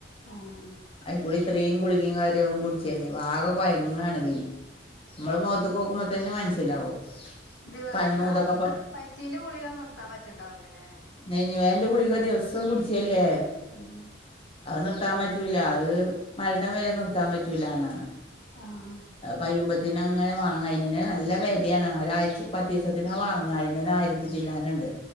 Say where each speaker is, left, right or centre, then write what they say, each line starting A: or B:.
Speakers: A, on the left; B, on the left.
A: ആഹ്
B: അയിക്കൂടി ഇത്രയും കുളികയും കാര്യവും കുടിച്ചല്ലേ. വാകെ കൊയങ്ങാണ് പിന്നെ.
A: ഉം
B: നമ്മൾ മോത്ത്ക്ക് നോക്കുമ്പതന്നെ മനസ്സിലാവും.
A: ദിവസം
B: കണ്ണും ഇതൊക്കെ പ
A: മറ്റീന്റെ ഗുളിക നിർത്താൻ പറ്റണ്ടാവല്ലുല്ലേ.
B: നഞ്ഞിവേദനന്റെ ഗുളിക ദിവസം കുടിച്ചല്ലേ.
A: ഉം
B: അത് നിർത്താൻ പറ്റൂല്ല അത് മരണ വരെ നിർത്താൻ പറ്റുല്ലന്നാണ്.
A: ആഹ്
B: കയ്യുമ്പത്തിന് അങ്ങനെ വാങ്ങ അയ്ന്നന നല്ല വലാണ് ഒരാഴ്ച പത്ത് ദിവസത്തിന് ആ വാങ്ങ അയ്നൊരു ആയി ത്തിച്ചല്ലാനുണ്ട്.